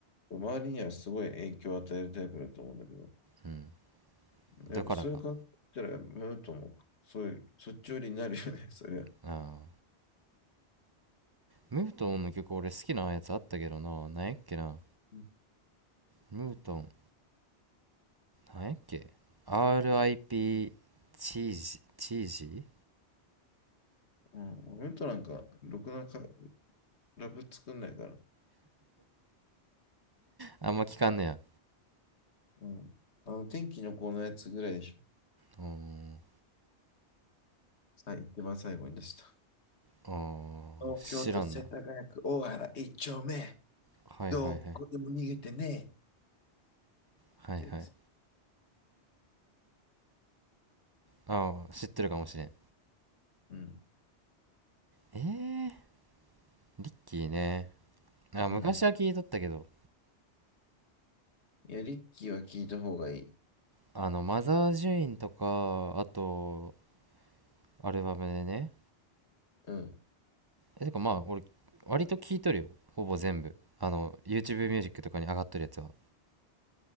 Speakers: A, on the left (about 75°); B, on the right (about 35°).
A: 周りにはすごい影響を与えるタイプだと思うんだけど、
B: うん
A: やっぱそういう感じだったら、
B: だからか
A: ムートンもそういう、そっち寄りになるよね、<laughs> そりゃ。
B: ああームートンの曲俺好きなやつあったけどな。なんやっけな。
A: う
B: ムートン、なんやっけ。RIP チージ、チージ
A: ん、俺となんか、ろくなかラブ作んないから。
B: あんま聞かんねや。
A: うん。あの、天気の子のやつぐらいでしょ。
B: うーん。
A: さっ一番最後に出した。
B: あー知らんな。
A: 東京都世田谷区大原一丁目。
B: はいはいはい。
A: どこでも逃げてねえ。っ
B: はいはい。
A: てやつ。
B: ああ、知ってるかもしれん。
A: うん。
B: えー、リッキーね。あ、昔は聞いとったけど。
A: うん。いや、リッキーは聞いた方がいい。
B: あの、マザー・ジュインとか、あと、アルバムでね。
A: うん。
B: え、てかまあ、俺、割と聞いとるよ。ほぼ全部。あの、YouTube ミュージックとかに上がっとるやつは。